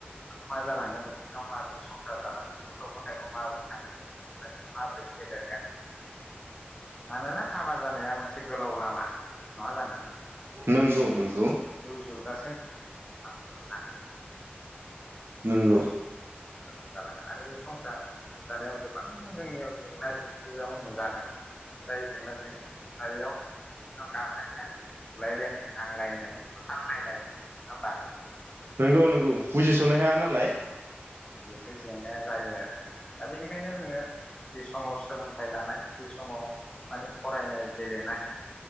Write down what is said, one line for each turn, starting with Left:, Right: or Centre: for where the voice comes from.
Left: मा जालांगोन <unintelligible> माबोरै संसार जालांगोन गथ गथाय माबोरै खांगोन गथ गथाय माबोरै फेदेरगोन मानोना हाबा जानाया मोनसे गोलाव लामा नङा जानो?
Right: नंगौ नंगौ।
Left: जिउ जोबजासिम <unintelligible>
Right: नंगौ।
Left: संसारखौ जालांगोन आरो बे संसार जानायाव गोबां जोंनियाव जेंना जेंसि नुजागोन। जाय जेंना जेंसियाव गारलायनाय, बुलायलायनाय, नांलायनाय, बुथारलायनाय नङा होनबा
Right: नंगौ नंगौ। बुजिसनो हाया नालाय।
Left: बे जेंनाया जायो आरो दा बेनिखायनो जोङो जि समाव सोलोंथाइ लानाय जि समाव माने फरायनाय गेलेनाय